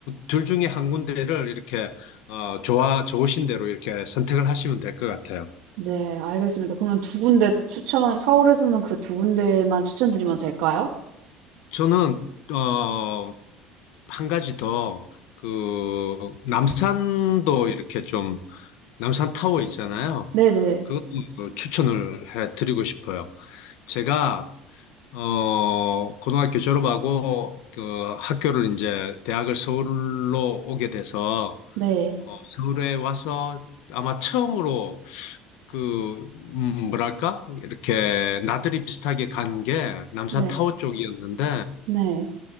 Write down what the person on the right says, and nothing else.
네, 알겠습니다. 그러면 두 군데 추천 서울에서는 그 두 군데만 추천드리면 될까요?
네네.
네.
네.
네.